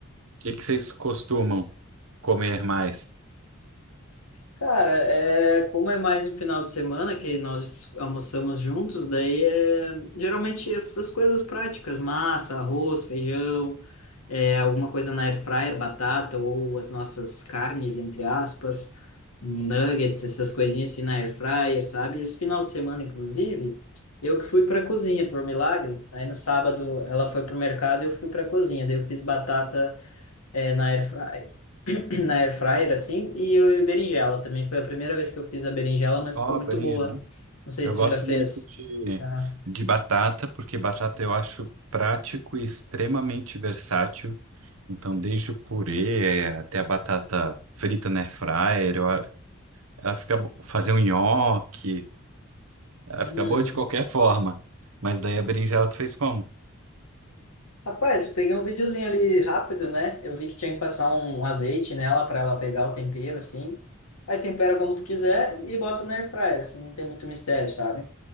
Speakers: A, on the right (about 75°); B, on the left (about 85°).
A: que que vocês costumam comer mais?
B: Cara, é, como é mais no final de semana que nós almoçamos juntos, daí é, geralmente essas coisas práticas, massa, arroz, feijão, é, alguma coisa na air fryer, batata ou as nossas carnes, entre aspas, nuggets, essas coisinhas assim na air fryer, sabe? Esse final de semana, inclusive, eu que fui para cozinha, por milagre. Aí no sábado ela foi pro mercado e eu fui para cozinha, daí eu fiz batata é, na air fryer, <clears throat> na air fryer assim, e o- e berinjela também. Foi a primeira vez que eu fiz a berinjela, mas
A: Cobrinha,
B: ficou muito boa. Não sei
A: Eu
B: se
A: gosto
B: tu já fez.
A: muito de,
B: Ah.
A: de batata, porque batata eu acho prático e extremamente versátil. Então, desde o purê eh, até a batata frita na air fryer, eu a- ela fica bo- fazer um nhoque, ela
B: Uhum.
A: fica boa de qualquer forma. Mas daí a berinjela tu fez como?
B: Rapaz, eu peguei um videozinho ali rápido, né? Eu vi que tinha que passar um um azeite nela para ela pegar o tempero, assim. Aí tempera como tu quiser e bota na air fryer, assim, não tem muito mistério, sabe?